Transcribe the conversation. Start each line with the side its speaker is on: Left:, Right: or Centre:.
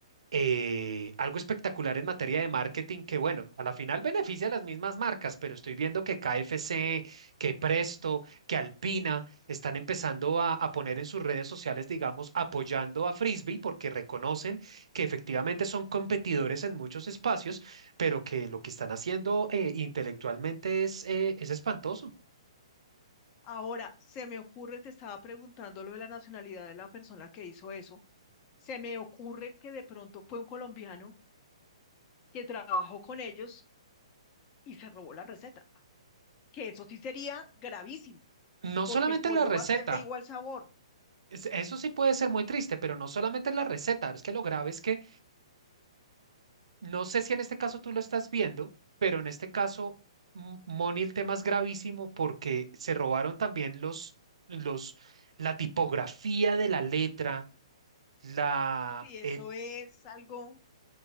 Right: eh, algo espectacular en materia de marketing que, bueno, a la final beneficia a las mismas marcas, pero estoy viendo que KFC, que Presto, que Alpina están empezando a, a poner en sus redes sociales, digamos, apoyando a Frisbee porque reconocen que efectivamente son competidores en muchos espacios, pero que lo que están haciendo eh, intelectualmente es, eh, es espantoso.
Left: Ahora, se me ocurre, te estaba preguntando lo de la nacionalidad de la persona que hizo eso. Se me ocurre que de pronto fue un colombiano que trabajó con ellos y se robó la receta, que eso sí sería gravísimo,
Right: No
Left: porque
Right: solamente
Left: el pollo
Right: la receta.
Left: va a ser de igual sabor.
Right: es- Eso sí puede ser muy triste, pero no solamente la receta, es que lo grave es que No sé si en este caso tú lo estás viendo, pero en este caso, M- Moni, el tema es gravísimo porque se robaron también los, los, la tipografía de la letra, la,
Left: Sí, eso
Right: el-
Left: es algo,